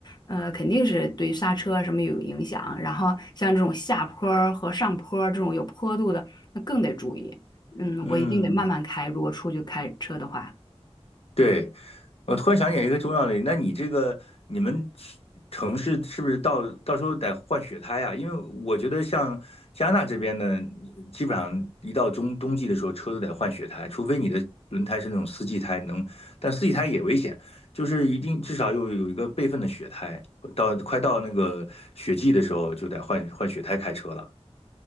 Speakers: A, on the left; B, on the left.
A: 呃，肯定是对刹车啊什么有影响，然后像这种下坡儿和上坡儿这种有坡度的，那更得注意。嗯，
B: 嗯。
A: 我一定得慢慢开，如果出去开车的话。
B: 对，我突然想起一个重要的，那你这个你们西城市是不是到到时候得换雪胎啊？因为我觉得像加拿大这边呢，基本上一到中冬季的时候，车都得换雪胎，除非你的轮胎是那种四季胎能，但四季胎也危险，就是一定至少有有一个备份的雪胎，到快到那个雪季的时候就得换换雪胎开车了。